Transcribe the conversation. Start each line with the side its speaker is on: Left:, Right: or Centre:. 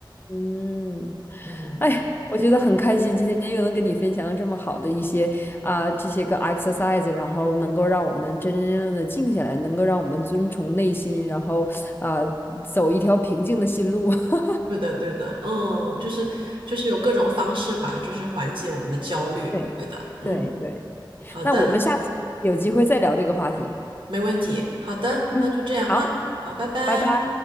Left: 嗯。
Right: 嗯。
Left: 哎，我觉得很开心，今天又能跟你分享这么好的一些啊、这些个 exercise，然后能够让我们真真正正的静下来，能够让我们遵从内心，然后啊、走一条平静的心路。<laughs>
Right: 对的，对的，嗯，就是就是有各种方式吧，就是缓解我们的焦虑。
Left: 对
Right: 对的，嗯，
Left: 对对，
Right: 好的，
Left: 那我们下次有机会再聊这个话题。
Right: 没问题。好的，
Left: 嗯，
Right: 那就这样哈。
Left: 好，
Right: 好，拜拜。
Left: 拜拜。